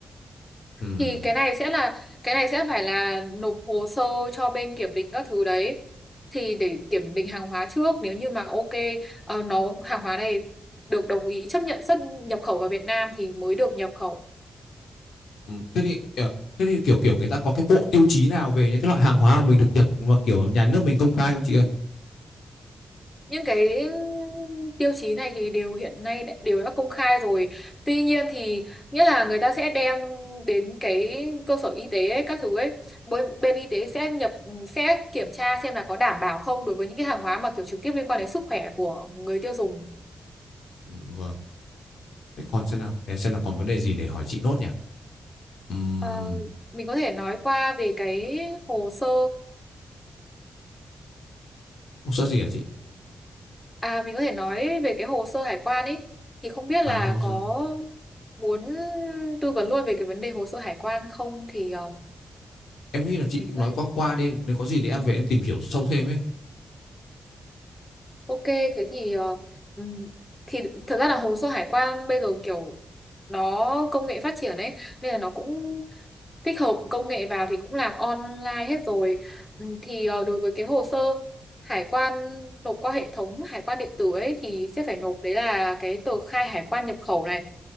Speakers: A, on the left; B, on the left.
A: Ừm.
B: thì cái này sẽ là cái này sẽ phải là nộp hồ sơ cho bên kiểm định các thứ đấy thì để kiểm định hàng hóa trước nếu như mà ok ờ, nó hàng hóa này được đồng ý chấp nhận xuất nhập khẩu vào Việt Nam thì mới được nhập khẩu
A: Ừ, thế thì kiểu, thế thì kiểu kiểu người ta có cái bộ tiêu chí nào về những cái loại hàng hóa mà mình được nhập mà kiểu nhà nước mình công khai không chị ơi?
B: những cái tiêu chí này thì đều hiện nay đã- đều đã công khai rồi tuy nhiên thì nghĩa là người ta sẽ đem đến cái cơ sở y tế ấy, các thứ ấy bên, bên y tế sẽ nhập sẽ kiểm tra xem là có đảm bảo không đối với những cái hàng hóa mà kiểu trực tiếp liên quan đến sức khỏe của người tiêu dùng
A: Ừ, vâng. Thế còn xem nào, để xem nào còn vấn đề gì để hỏi chị nốt nhỉ? Ừm,
B: Ờ, mình có thể nói qua về cái hồ sơ
A: hồ sơ gì hả chị?
B: à mình có thể nói về cái hồ sơ hải quan ấy thì không biết
A: À,
B: là
A: hồ
B: có
A: sơ.
B: muốn tư vấn luôn về cái vấn đề hồ sơ hải quan không thì ờ,
A: Em nghĩ là chị
B: mình
A: cũng
B: có
A: nói
B: thể
A: qua qua đi, nếu có gì thì em về em tìm hiểu sâu thêm ấy.
B: Ok, thế thì ờ, ừm, thì thật ra là hồ sơ hải quan bây giờ kiểu nó công nghệ phát triển ấy nên là nó cũng tích hợp công nghệ vào thì cũng làm online hết rồi. Ừm, thì ờ, đối với cái hồ sơ hải quan nộp qua hệ thống hải quan điện tử ấy thì sẽ phải nộp đấy là cái tờ khai hải quan nhập khẩu này,